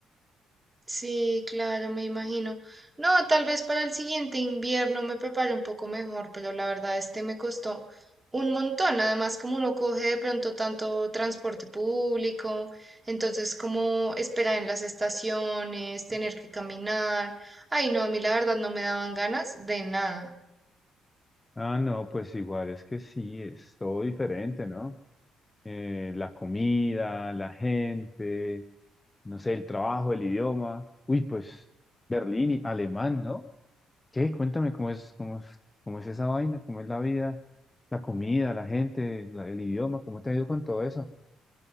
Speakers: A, on the right (about 20°); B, on the left (about 20°).
A: Sí, claro, me imagino. No, tal vez para el siguiente invierno me prepare un poco mejor, pero la verdad este me costó un montón. Además, como uno coge de pronto tanto transporte público, entonces como esperar en las estaciones, tener que caminar. Ay, no, a mí la verdad no me daban ganas de nada.
B: Ah, no, pues igual es que sí, es todo diferente, ¿no? Eh, la comida, la gente, no sé, el trabajo, el idioma. Uy, pues Berlín y alemán, ¿no? ¿Qué? Cuéntame cómo es, cómo es, cómo es esa vaina, cómo es la vida, la comida, la gente, la- el idioma, ¿cómo te ha ido con todo eso?